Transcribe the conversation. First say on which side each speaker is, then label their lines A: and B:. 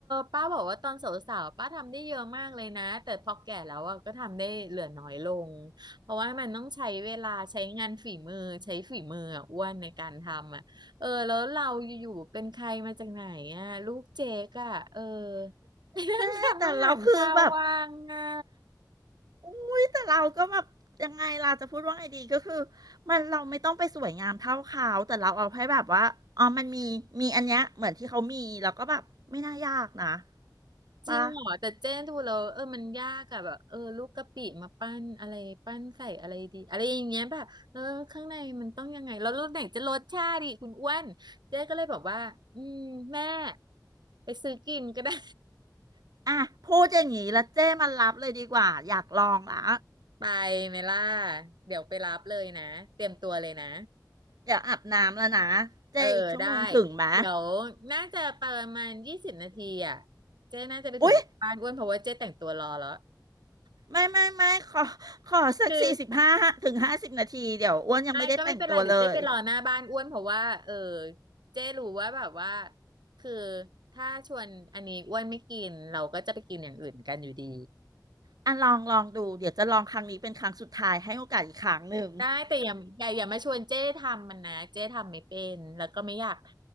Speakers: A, on the right (about 75°); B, on the right (about 60°).
A: ป้าบอกว่าตอนสาวๆป้าทำได้เยอะมากเลยนะแต่พอแก่แล้วอะก็ทำได้เหลือน้อยลง เพราะว่ามันต้องใช้เวลาใช้งานฝีมือใช้ฝีมืออ่ะอ้วนในการทำอ่ะเออแล้วเราอยู่ๆเป็นใครมาจากไหนอ่ะลูกเจ๊กอ่ะเออไปนั่งทำอาหารเช้าวว่างอ่ะ
B: เจ๊แต่เราคือแบบ อุ้ยแต่เราก็แบบยังไงล่ะจะพูดว่าไงดีก็คือมันเราไม่ต้องไปสวยงามเท่าเขาแต่เราเอาให้แบบว่าอ๋อมันมีมีอันเนี้ยเหมือนที่เขามีแล้วก็แบบไม่น่ายากนะ
A: จริงเหรอแต่เจนดูแล้วเออมันยากอ่ะแบบเออลูกกะปิมาปั้นอะไรปั้นใส่อะไรดีอะไรอย่างเงี้ยแบบเออข้างในมันต้องยังไงแล้วรสไหนจะรสชาติกคุณอ้วนเจ๊ก็เลยบอกว่าอืมแม่
B: ปะ
A: ไปซื้อกินก็ได้
B: อ่ะพูดอย่างนี้แล้วเจ้มันรับเลยดีกว่าอยากลองละ
A: ไปเมล่าเดี๋ยวไปรับเลยนะเตรียมตัวเลยนะ
B: อยากอาบน้ำแล้วนะเจ้อีกชั่วโมงถึงไหม
A: เออได้เดี๋ยวน่าจะประมาณยี่สิบนาทีอ่ะเจ๊น่าจะไปถึงบ้านอ้วนเพราะว่าเจ๊แต่งตัวรอแล้ว
B: อุ้ยไม่ไม่ไม่ขอขอสักสี่สิบห้าถึงห้าสิบนาทีเดี๋ยวอ้วนยังไม่ได้แต่งตัวเลย
A: คือไอ้ก็ไม่เป็นไรเดี๋ยวเจ๊ไปรอหน้าบ้านอ้วนเพราะว่าเออเจ๊รู้ว่าแบบว่าคือถ้าชวนอันนี้อ้วนไม่กินเราก็จะไปกินอย่างอื่นกันอยู่ดี
B: อ่ะลองลองดูเดี๋ยวจะลองครั้งนี้เป็นครั้งสุดท้ายให้โอกาสอีกครั้งหนึ่ง
A: ได้แต่อย่าอย่าอย่ามาชวนเจ๊ทำมันนะเจ๊ทำไม่เป็นแล้วก็ไม่อยากท